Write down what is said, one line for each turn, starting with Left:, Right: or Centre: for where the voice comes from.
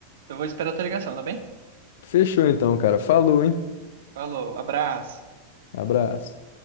Right: eu vou esperar a tua ligação, tá bem?
Left: Fechou, então, cara. Falou, hein?
Right: Falou, abraço.
Left: Abraço.